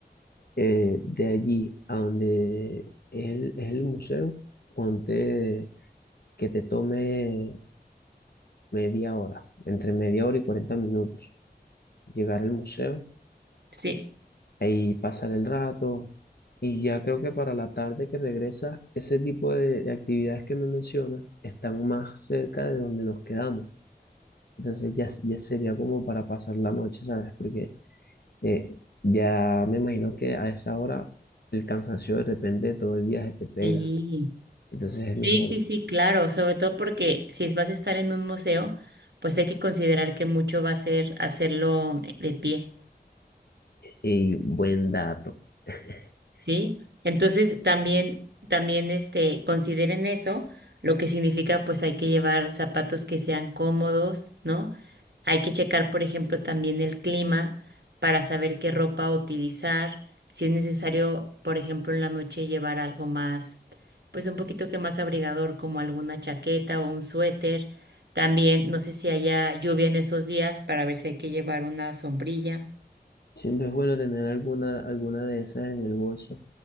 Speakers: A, on the left; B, on the right.
A: Eh, de allí a donde es el, es el museo, ponte que te tome media hora, entre media hora y 40 minutos llegar al museo
B: Sí,
A: ahí pasar el rato. Y ya creo que para la tarde que regresa, ese tipo de, de actividades que me mencionas están más cerca de donde nos quedamos. Entonces ya, s- ya sería como para pasar la noche, ¿sabes? Porque eh, ya me imagino que a esa hora el cansancio de repente de todo el viaje te pega.
B: sí,
A: Entonces es
B: sí,
A: mejor.
B: sí, sí, claro, sobre todo porque si es- vas a estar en un museo, pues hay que considerar que mucho va a ser hacerlo de pie.
A: Y buen dato. <laughs>
B: ¿sí? Entonces también, también este, consideren eso, lo que significa pues hay que llevar zapatos que sean cómodos, ¿no? Hay que checar, por ejemplo, también el clima para saber qué ropa utilizar, si es necesario, por ejemplo, en la noche llevar algo más, pues un poquito que más abrigador, como alguna chaqueta o un suéter. También, no sé si haya lluvia en esos días para ver si hay que llevar una sombrilla.
A: Siempre es bueno tener alguna, alguna de esas en el bolso